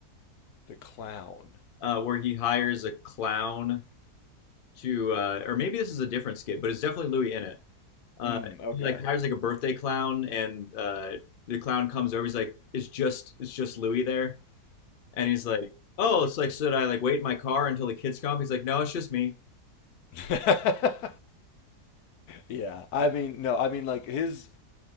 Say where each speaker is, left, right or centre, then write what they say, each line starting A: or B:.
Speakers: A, on the left; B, on the left.
A: The Clown.
B: uh, where he hires a clown to, uh, or maybe this is a different skit, but it's definitely Louis in it Uh,
A: Hmm, okay.
B: he like hires like a birthday clown, and uh, the clown comes over. He's like, "It's just, it's just Louis there," and he's like, "Oh, it's like should I like wait in my car until the kids come?" up?" He's like, "No, it's just me."
A: <laughs> yeah. I mean, no, I mean like his